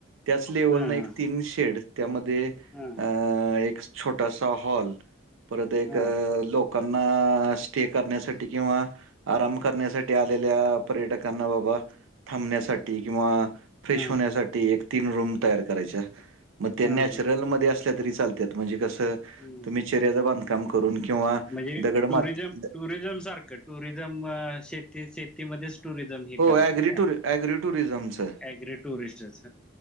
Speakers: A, on the right; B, in the centre.
A: त्याच लेवल
B: हा
A: ना एक तीन शेड त्यामध्ये
B: हा
A: अ एक छोटासा हॉल परत एक
B: हा
A: लोक लोकांना आ स्टे करण्यासाठी किंवा आराम करण्यासाठी आलेल्या पर्यटकांना बाबा थांबण्यासाठी किंवा आ फ्रेश
B: हा
A: होण्यासाठी
B: हा
A: एक तीन रूम तैयार करायच्या मग ते
B: हा
A: नॅचरल
B: हा
A: मध्ये असल्या तरी चालतंय. त्यात म्हणजे कसं
B: हम्म
A: तुम्ही चर्याचं बांधकाम करून किंवा
B: म्हणजे
A: दगड
B: टुरिझम
A: मात द-
B: टुरिझम सारखं टुरिझम अ शेती शेतीमध्येच टुरिझम हे
A: हो
B: करायचं
A: ॲग्री
B: काय
A: टूर ॲग्री टुरिझमचं
B: ऍग्री टुरिस्टच